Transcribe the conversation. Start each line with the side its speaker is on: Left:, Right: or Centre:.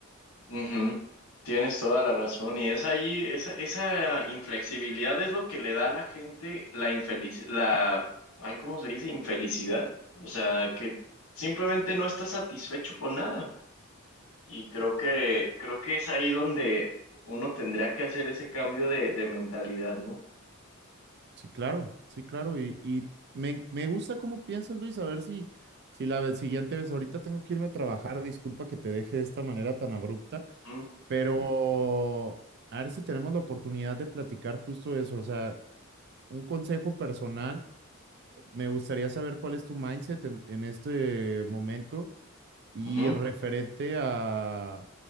Left: Ujú, Tienes toda la razón y es ahí, esa, esa inflexibilidad es lo que le da a la gente la infelicidad, la, ay, ¿cómo se dice? Infelicidad. O sea, que simplemente no está satisfecho con nada. Y creo que, creo que es ahí donde uno tendría que hacer ese cambio de, de mentalidad, ¿no?
Right: Sí, claro, sí, claro. Y, y me, me gusta cómo piensas, Luis, a ver si, si la vez- siguiente vez, ahorita tengo que irme a trabajar, disculpa que te deje de esta manera tan abrupta,
Left: Ujú,
Right: pero a ver si tenemos la oportunidad de platicar justo eso, o sea, un consejo personal, me gustaría saber cuál es tu mindset en, en este momento y
Left: ujú.
Right: referente a,